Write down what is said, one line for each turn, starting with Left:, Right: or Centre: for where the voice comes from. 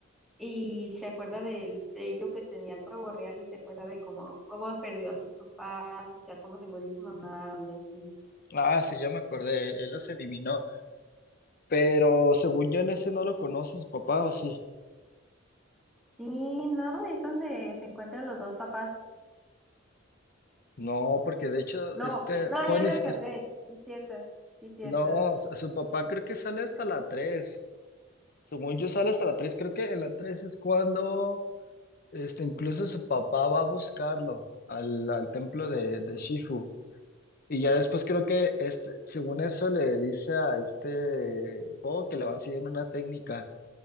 Centre: y se acuerda del sello que tenía el pavo real y se acuerda de cómo, cómo perdió a sus papás, o sea, cómo se murió su mamá y así.
Left: Ah, sí, ya me acordé. Él los eliminó. Pero según yo en ese no lo conoce su papá, ¿o sí?
Centre: Sí, no, es donde se encuentran los dos papás.
Left: No, porque de hecho,
Centre: No,
Left: este...
Centre: no,
Left: Pues
Centre: ya
Left: ni
Centre: me
Left: siquiera...
Centre: acordé, sí es cierto, sí es cierto.
Left: No, su su papá creo que sale hasta la tres. Según yo sale hasta la tres. Creo que en la tres es cuando... Este, incluso su papá va a buscarlo al, al templo de, de Shifu. Y ya después creo que este, según eso le dice a este Po que le van a enseñar una técnica,